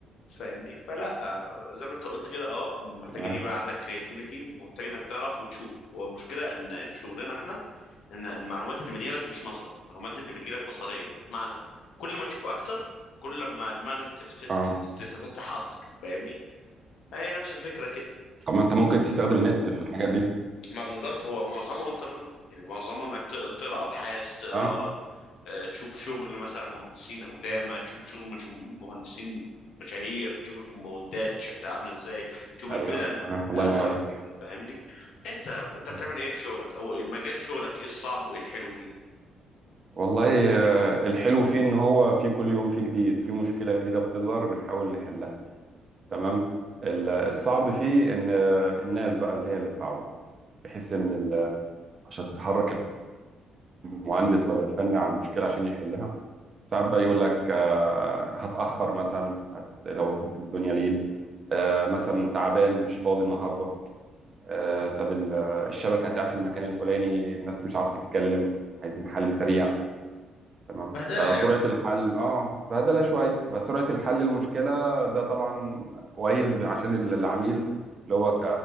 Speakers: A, on the left (about 75°); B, on the right (about 40°).
A: فاهمني فلا زي ما انت قلت كده اه هم محتاجين
B: تمام
A: يبقى عندك كرياتيفيتي ومحتاجين انك تعرف وتشوف والمشكله ان في شغلنا احنا ان المعلومات اللي بتجيلك مش نظري المعلومات اللي بتجيلك بصريه معنى كل ما تشوف اكتر كل ما دماغك تتفت...
B: اه
A: تت- تتفتح اكتر فاهمني هي نفس الفكره كده
B: طب ما انت ممكن تستخدم النت في الحاجات دي
A: ما بالظبط هو معظمه انترنت يعني معظمه انك ت- تقرا ابحاث تقرا
B: اه
A: آه، تشوف شغل مثلا مهندسين قدامى تشوف شغل مش مهندسين مشاهير تشوف الكومباوندات شكلها عامل ازاي تشوف
B: ايوه
A: الفلل
B: تمام الله
A: اخر
B: ينور عليك
A: فاهمني انت انت بتعمل
B: آه.
A: ايه في شغلك او إيه- مجال شغلك ايه الصعب وايه الحلو فيه
B: والله آه، الحلو فيه ان هو في كل يوم فيه جديد في مشكلة جديدة بتظهر بنحاول نحلها تمام ال- الصعب فيه ان آه، الناس بقى اللي هي اللي صعبة بحيث ان ال- عشان تحرك المهندس ولا الفني على المشكلة عشان يحلها ساعات بقى يقول لك آه، هتأخر مثلا هت لو الدنيا ليل آه، مثلا تعبان مش فاضي النهاردة آه، طب ال- الشبكة هتقع في المكان الفلاني الناس مش عارفة تتكلم عايزين حل سريع تمام
A: بهدله
B: فسرعة
A: يعني
B: الحل اه فهدلة شوية فسرعة الحل المشكلة ده طبعا كويس ب- عشان ال- العميل اللي هو ك...